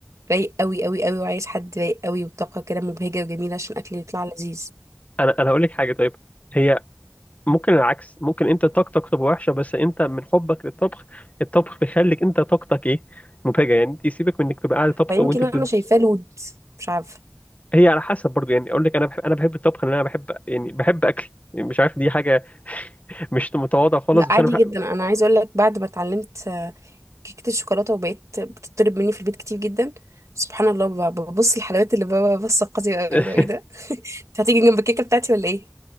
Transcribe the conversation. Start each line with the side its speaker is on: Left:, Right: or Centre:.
Right: رايق قوي قوي قوي وعايز حد رايق قوي وطاقه كده مبهجه وجميله عشان الاكل يطلع لذيذ
Left: أنا أنا هقول لك حاجة طيب هي ممكن العكس ممكن أنت طاقتك تبقى وحشة بس أنت من حبك للطبخ الطبخ بيخليك أنت طاقتك إيه مبهجة يعني أنت يسيبك من إنك تبقى قاعد طبخ
Right: فيمكن
Left: وأنت
Right: انا
Left: بتدرس
Right: شايفاه لود مش عارفه
Left: هي على حسب برضو يعني اقول لك انا بحب انا بحب الطبخ لان انا بحب يعني بحب اكل يعني مش عارف دي حاجه مش متواضعه خالص
Right: لا
Left: بس
Right: عادي
Left: انا بحب
Right: جدا انا عايزه اقول لك بعد ما اتعلمت آه، كيكه الشوكولاته وبقيت بتطلب مني في البيت كتير جدا سبحان الله ب- ببص الحلويات اللي بابا بص قاسي
Left: <laughs>
Right: قوي لو ايه ده <laughs> انت هتيجي جنب الكيكه بتاعتي ولا ايه